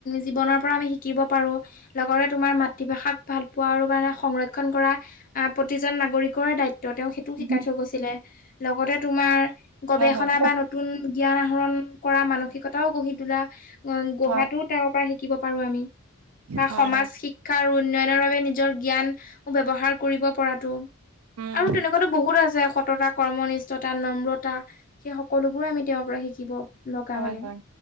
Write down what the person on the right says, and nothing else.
উম
হয় হয়
হয়
হয়
হয়
উম
হয়
হয়